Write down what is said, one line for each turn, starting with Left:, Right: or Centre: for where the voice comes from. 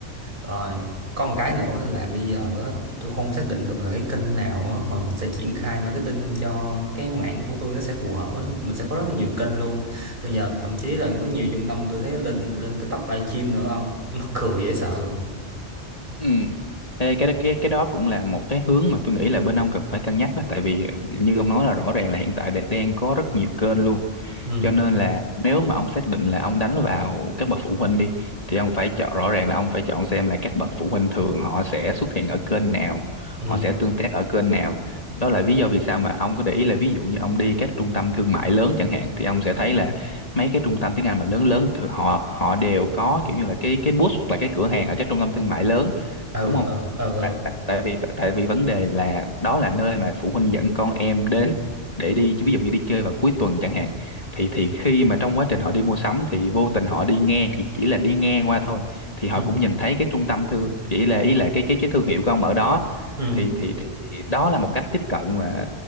Right: Rồi, có một cái nữa là bây giờ á, tôi không xác định được là cái kênh nào á, mà mình sẽ triển khai marketing cho cái mảng của tôi nó sẽ phù hợp á. Mình sẽ có rất là nhiều kênh luôn. Bây giờ thậm chí là có nhiều trung tâm tôi thấy lên lên TikTok livestream nữa không? <laughs> Mắc cười dễ sợ luôn.
Left: Ừ. Ê, cái cái cái đó cũng là một cái hướng mà tôi nghĩ là bên ông cần phải cân nhắc đó tại vì như ông nói là rõ ràng là hiện tại đ- đang có rất nhiều kênh luôn
Right: Ừ,
Left: cho nên là nếu mà ông xác định là ông đánh vào các bậc phụ huynh đi thì ông phải chọn rõ ràng là ông phải chọn xem là các bậc phụ huynh thường họ sẽ xuất hiện ở kênh nào
Right: ừ,
Left: họ sẽ tương tác ở kênh nào đó là lý do vì sao mà ông có để ý là ví dụ như ông đi các trung tâm thương mại lớn chẳng hạn thì ông sẽ thấy là mấy cái trung tâm tiếng Anh mà lớn lớn thì họ họ đều có kiểu như là cái cái booth hoặc là cái cửa hàng ở các trung tâm thương mại lớn
Right: ừ,
Left: đúng không
Right: ừ, ừ, ừ,
Left: tại tại tại vì tại, tại vì vấn đề là đó là nơi mà phụ huynh dẫn con em đến để đi ví dụ như đi chơi vào cuối tuần chẳng hạn thì thì khi mà trong quá trình họ đi mua sắm thì vô tình họ đi ngang chỉ chỉ là đi ngang qua thôi thì họ
Right: ừ,
Left: cũng nhìn thấy cái trung tâm thương chỉ là ý là cái cái cái thương hiệu của ông ở đó
Right: ừ.
Left: thì thì thì đó là một cách tiếp cận mà